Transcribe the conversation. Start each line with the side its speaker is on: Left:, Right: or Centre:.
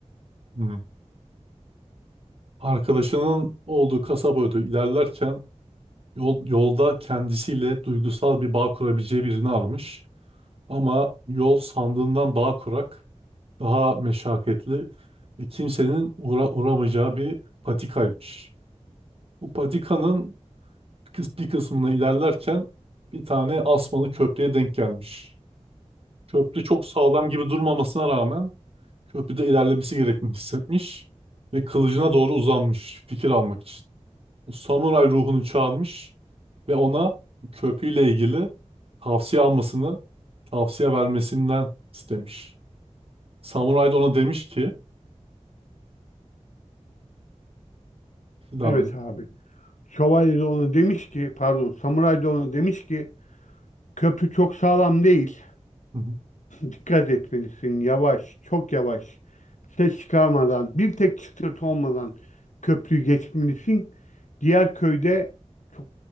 Right: hı hı. Arkadaşının olduğu kasaba doğru ilerlerken yol, yolda kendisiyle duygusal bir bağ kurabileceği birini almış. Ama yol sandığından daha kurak, daha meşakkatli ve kimsenin uğra uğramayacağı bir patikaymış. Bu patikanın kıs- bir kısmına ilerlerken bir tane asmalı köprüye denk gelmiş. Köprü çok sağlam gibi durmamasına rağmen Köprüde ilerlemesi gerektiğini hissetmiş ve kılıcına doğru uzanmış fikir almak için. Samuray ruhunu çağırmış ve ona köprüyle ilgili tavsiye almasını, tavsiye vermesinden istemiş. Samuray da ona demiş ki, devam
Left: Evet
Right: edin.
Left: abi. Şövalye de ona demiş ki pardon samuray da ona demiş ki köprü çok sağlam değil.
Right: Hı hı,
Left: Dikkat etmelisin yavaş çok yavaş ses çıkarmadan bir tek çıtırtı olmadan köprüyü geçmelisin. Diğer köyde çok